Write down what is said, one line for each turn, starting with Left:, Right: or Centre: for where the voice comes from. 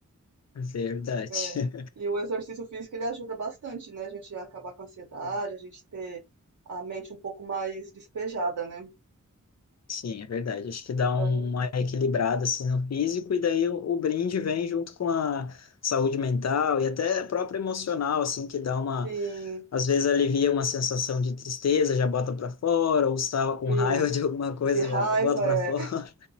Left: Verdade.
Right: É, E o exercício físico ele ajuda bastante, né? A gente acabar com a ansiedade,
Left: <laughs>
Right: a gente ter a mente um pouco mais despejada, né?
Left: Sim, é verdade. Acho que dá
Right: Então,
Left: uma equilibrada assim no físico e daí o, o brinde vem junto com a saúde mental e até a própria emocional, assim, que dá uma
Right: sim,
Left: às vezes alivia uma sensação de tristeza, já bota para fora, ou estava com
Right: sim.
Left: raiva <laughs> de alguma coisa,
Right: De raiva
Left: já bota para
Right: é,
Left: fora,